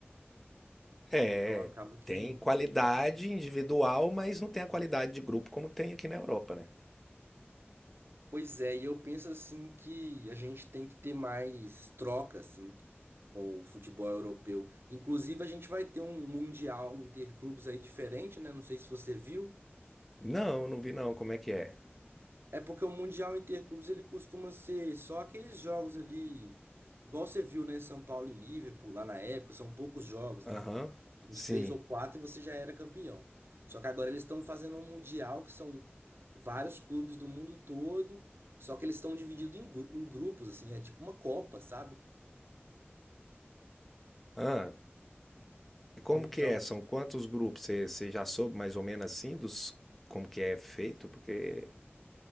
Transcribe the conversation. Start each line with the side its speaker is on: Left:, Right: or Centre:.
Centre: É,
Right: Então acaba que,
Centre: tem qualidade individual, mas não tem a qualidade de grupo como tem aqui na Europa, né?
Right: pois é, e eu penso assim que a gente tem que ter mais troca, assim, com o futebol europeu. Inclusive a gente vai ter um mundial interclubes aí diferente, né? Não sei se você viu.
Centre: Não, não vi não. Como é que é?
Right: É porque o Mundial Interclubes ele costuma ser só aqueles jogos ali, igual você viu, né? São Paulo e Liverpool lá na época, são poucos jogos,
Centre: Aham.
Right: né? Uns
Centre: Sim.
Right: três ou quatro e você já era campeão. Só que agora eles estão fazendo um Mundial que são vários clubes do mundo todo, só que eles estão divididos em, gru- em grupos, assim, é tipo uma Copa, sabe?
Centre: Ah, e como
Right: Então,
Centre: que é? São quantos grupos? Você você já soube mais ou menos assim dos como que é feito? Porque